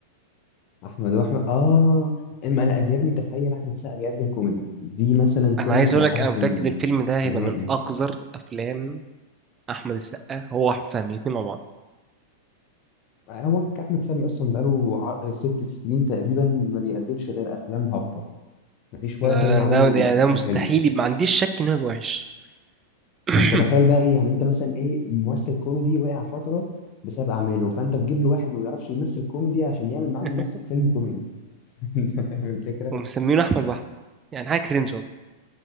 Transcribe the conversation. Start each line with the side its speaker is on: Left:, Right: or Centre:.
Left: احمد واحمد اه اما انا يا ابني تخيل احمد السقا بيقدم كوميدي دي مثلا
Right: انا
Left: قمه
Right: عايز اقول
Left: العبث
Right: لك انا متاكد
Left: السينمائي
Right: الفيلم ده هيبقى من اقذر افلام احمد السقا هو واحمد فهمي الاثنين مع بعض
Left: هو احمد فهمي اصلا بقاله ع- ست سنين تقريبا ما بيقدمش غير افلام هابطه مفيش
Right: لا
Left: ولا فيلم
Right: لا
Left: عمله
Right: ده ده,
Left: مؤخرا
Right: يعني ده مستحيل
Left: حلو
Right: ما عنديش شك انه هيبقى وحش <laughs>
Left: فانت تخيل بقى ايه يعني انت مثلا ايه ممثل كوميدي وقع فتره بسبب اعماله فانت تجيب له واحد ما بيعرفش يمثل كوميدي عشان يعمل معاه
Right: <coughs>
Left: ممثل فيلم كوميدي <laughs> انت فاهم الفكره
Right: ومسمينه احمد واحمد يعني حاجه كرنج اصلا